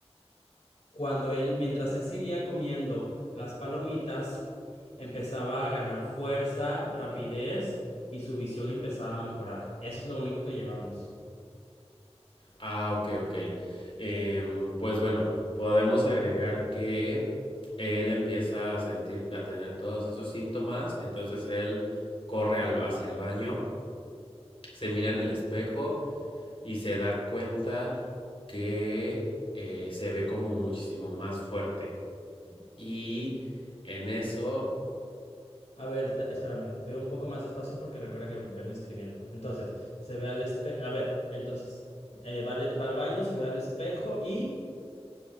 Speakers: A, on the left; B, on the left.
A: Cuando él, mientras él seguía comiendo las palomitas, empezaba a ganar fuerza, rapidez y su visión empezaba a mejorar. Eso es lo único que llevamos.
B: Ah, ok, ok. Em, pues bueno, podemos agregar que él empieza a sentir, a tener todos esos síntomas, entonces él corre al- hacia el baño, se mira en el espejo y se da cuenta que eh, se ve como muchísimo más fuerte. Y en eso,
A: A ver, espérame, veo un poco más despacio porque recuerda que vengo escribiendo. Entonces, se ve al espejo. A ver, entonces, eh, va, va al baño, se ve al espejo y